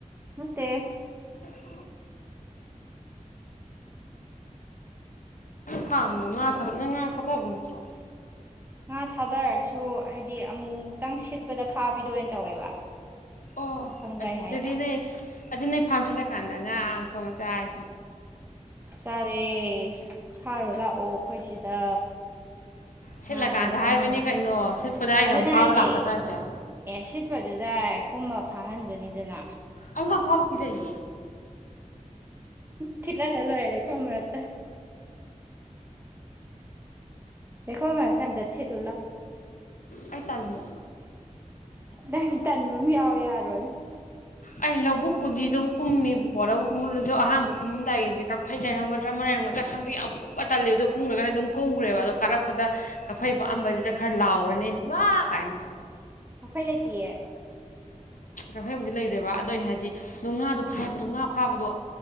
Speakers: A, on the right; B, on the left.
A: ꯅꯠꯇꯦ
B: <unintelligible> ꯅꯣꯏ ꯐꯥꯔꯝꯗꯣ
A: ꯅꯠꯇꯦ
B: ꯉꯥ ꯊꯥꯗ
A: ꯅꯠꯇꯦ
B: ꯅꯪ ꯉꯥ ꯊꯥꯗꯕ ꯅꯠꯇ꯭ꯔꯣ
A: ꯉꯥ ꯊꯥꯗꯔꯁꯨ ꯍꯥꯏꯗꯤ ꯑꯃꯨ ꯃꯨꯛꯇꯪ ꯁꯤꯠꯄꯗ ꯐꯥꯕꯤꯗꯨ ꯑꯣꯏ ꯇꯧꯋꯦꯕ
B: ꯑꯣ
A: ꯈꯪꯕ꯭ꯔꯥ
B: ꯑꯗꯨ
A: ꯑꯩ
B: ꯁꯤꯗꯗꯤ
A: ꯍꯥꯏꯁꯦ
B: ꯅꯣꯏ ꯑꯗꯨ ꯅꯣꯏ ꯐꯥꯝ ꯁꯤꯜꯂꯀꯥꯟꯗ ꯉꯥ ꯑꯝ ꯊꯣꯡꯉ ꯆꯥꯔꯁꯤ
A: ꯆꯥ ꯁꯦ ꯐꯥꯔꯨ ꯂꯥꯛꯑꯣ ꯑꯈꯣꯏ ꯁꯤꯗ
B: ꯁꯤꯠꯂꯀꯥꯟꯗ
A: ꯉꯥꯗꯣ ꯀꯨꯝꯃꯒ
B: ꯍꯥꯏꯕꯅꯤ ꯀꯩꯅꯣ ꯁꯤꯠꯄꯗ ꯑꯩꯅ
A: ꯑꯗꯨꯅꯦ
B: ꯑꯃꯨꯛ ꯐꯥꯕ
A: ꯍꯥꯏꯁꯦ
B: ꯂꯥꯛꯀꯗ꯭ꯔꯣ ꯍꯥꯏꯁꯦ
A: ꯑꯦ ꯁꯤꯠꯄꯗꯨꯗꯥꯏ ꯀꯨꯝꯃ ꯊꯥꯍꯟꯕꯅꯤꯗꯅ
B: ꯑꯩ ꯉꯥ ꯐꯥꯕ ꯀꯤꯖꯩꯌꯦ
A: ꯊꯠꯂ ꯂꯂꯣꯏꯔꯦ ꯈꯣ ꯃꯔꯥꯛꯛꯇ ꯈꯣ ꯃ ꯊꯗ ꯊꯠꯂꯣ ꯂ
B: ꯍꯥꯏ ꯇꯜꯃꯦ
A: ꯅꯪ ꯇꯟꯕ ꯑꯃ ꯌꯥꯎꯋ ꯌꯥꯔꯣꯏ
B: ꯑꯩ ꯂꯧꯕꯨꯛꯄꯨꯗꯤ ꯑꯗꯨꯝ ꯀꯨꯝꯃꯦꯕꯀꯣ ꯂꯧꯕꯨꯛ ꯀꯨꯝꯃꯜꯂꯁꯨ ꯑꯍꯥꯟꯕ ꯀꯨꯝꯃꯝꯗꯥꯏꯁꯦ ꯀꯛꯐꯩ ꯂꯩꯔꯝꯒꯗ꯭ꯔꯥ ꯑꯃ ꯂꯩꯔꯝꯒꯗ꯭ꯔꯥ ꯑꯍꯥꯟꯕ ꯌꯥꯝ ꯀꯨꯝꯕ ꯇꯜꯂꯦꯕ ꯑꯗꯨꯗꯣ ꯀꯨꯝꯈ꯭ꯔꯒꯅ ꯑꯗꯨꯝ ꯀꯨꯝꯈ꯭ꯔꯦꯕ ꯑꯗꯣ ꯀꯥꯔꯛꯄꯗ ꯀꯛꯐꯩ ꯄꯥꯑꯝꯕꯁꯤꯗ ꯈꯔ ꯂꯥꯎꯔꯅꯦꯅ ꯏꯃꯥ ꯀꯥꯏꯅ
A: ꯈꯩ ꯂꯩꯇꯦ
B: ꯀꯐ ꯍꯩꯕꯨꯗꯤ ꯂꯩ ꯇꯨꯔꯦꯕ ꯑꯗꯣ ꯑꯩꯅ ꯍꯥꯏꯗꯤ ꯉꯥꯗꯣ ꯐꯥꯕꯗꯣ ꯉꯥ ꯐꯥꯕꯗꯣ